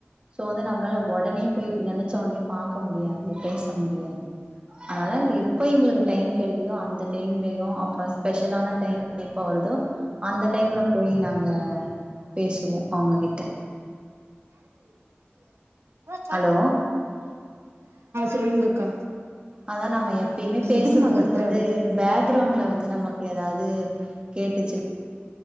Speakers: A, on the right (about 25°); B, on the right (about 80°).
A: ஸோ வந்து நம்ளால ஒடனே போய் நெனச்ச ஒடனே பாக்க முடியாது பேச முடியாது அதனால எப்ப எங்ளுக்கு டைம் கெடைக்குதோ அந்த டைம்லயு அப்றோ ஸ்பெஷலான டைம் எப்ப வருதோ அந்த டைம்ல போய் நாங்க பேசுவோ அவுங்க கிட்ட
B: ஆ
A: ஹலோ
B: சொல்லுங்கக்கா
A: அதா நம்ப எப்பயுமே பேசு
B: எதுக்குமா
A: போது
B: கத்துற
A: வந்து பேக்ரவுண்ட்ல வந்து நமக்கு எதாது கேட்டுச்சு